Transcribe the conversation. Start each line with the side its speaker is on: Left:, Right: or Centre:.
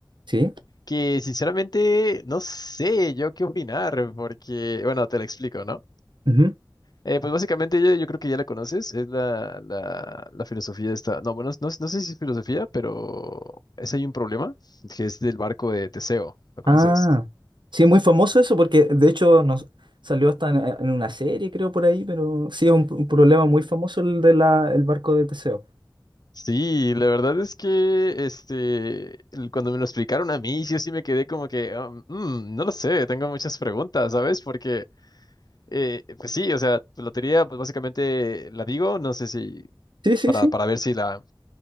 Right: Sí.
Left: que sinceramente no sé yo qué opinar, porque, bueno, te la explico, ¿no?
Right: Ujú.
Left: Eh, pues básicamente yo, yo creo que ya la conoces, es la, la, la filosofía esta, no, bueno, no, no sé si es filosofía, pero es ahí un problema, que es del barco de Teseo, ¿lo conoces?
Right: Ah, sí, muy famoso eso porque de hecho nos salió hasta en, eh, en una serie, creo, por ahí, pero sí es un, un problema muy famoso el de la, el barco de Teseo.
Left: Sí, la verdad es que este, el- cuando me lo explicaron a mí, yo sí me quedé como que, um, mm, no lo sé, tengo muchas preguntas, ¿sabes? Porque, eh, pues sí, o sea, tu lotería, pues básicamente la digo, no sé si,
Right: Sí, sí,
Left: para,
Right: sí,
Left: para ver si la,